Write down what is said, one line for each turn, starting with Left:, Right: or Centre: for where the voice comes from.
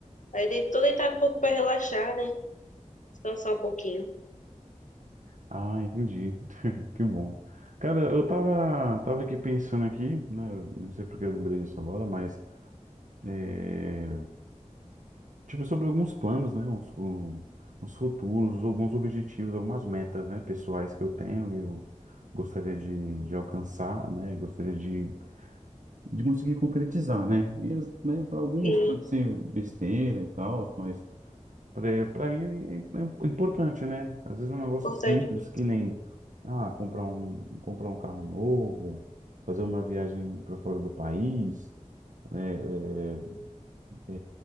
Left: Aí dei, tô deitado um pouco pra relaxar, né? Descansar um pouquinho.
Right: Ah, entendi. <laughs> Que bom. Cara, eu tava, tava aqui pensando aqui, né? Não sei porque eu lembrei disso agora, mas é, tipo sobre alguns planos, né? Uns, um- uns futuros, alguns objetivos, algumas metas, né? Pessoais que eu tenho e eu gostaria de, de alcançar, né? Gostaria de de conseguir concretizar, né? E, né, para alguns
Left: Sim,
Right: pode ser besteira e tal, mas para mim é, é é importante, né? Às vezes é um negócio
Left: importante
Right: simples,
Left: pra você.
Right: que nem ah, comprar um, comprar um carro novo, fazer uma viagem para fora do país, né? É, é,